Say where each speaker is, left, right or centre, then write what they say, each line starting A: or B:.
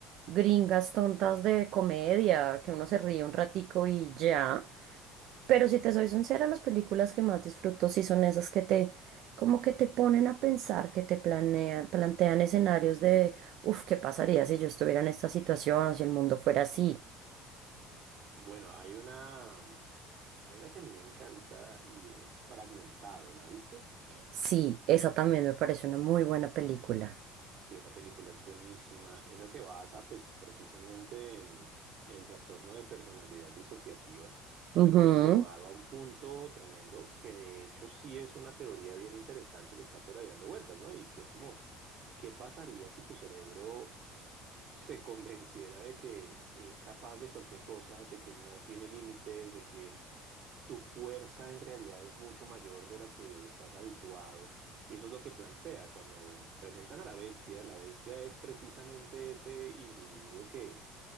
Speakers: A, on the right; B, on the right.
A: gringas tontas de comedia, que uno se ríe un ratico y ya. Pero si te soy sincera, las películas que más disfruto sí son esas que te, como que te ponen a pensar, que te planean, plantean escenarios Uf, ¿qué pasaría si yo estuviera en esta situación o si el mundo fuera así?
B: Bueno, hay una, hay una que a mí me encanta y es Fragmentado, ¿la viste?
A: Sí, esa también me parece una muy buena película.
B: Sí, esa película es buenísima. Esa se basa, pues, precisamente en, en el trastorno de personalidad disociativa, pero
A: Ujú,
B: pues llevado a un punto tremendo que de hecho sí es una teoría bien interesante que está por ahí dando vueltas, ¿no? Y que es como, ¿qué pasaría si tu cerebro se <laughs> convenciera de que es capaz de cualquier cosa, de que no tiene límites, de que tu fuerza en realidad es mucho mayor de la que estás habituado. Y eso es lo que plantea. Cuando presentan a la bestia, la bestia es precisamente ese individuo que,